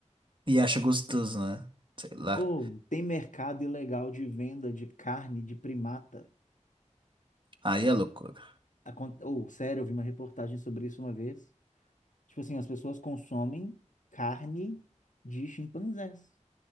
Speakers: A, on the right; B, on the left.
A: E acha gostoso, né? Sei lá.
B: Ou tem mercado ilegal de venda de carne de primata.
A: Aí é loucura.
B: Acon- Ou, sério, eu vi uma reportagem sobre isso uma vez. Tipo assim, as pessoas consomem carne de chimpanzés.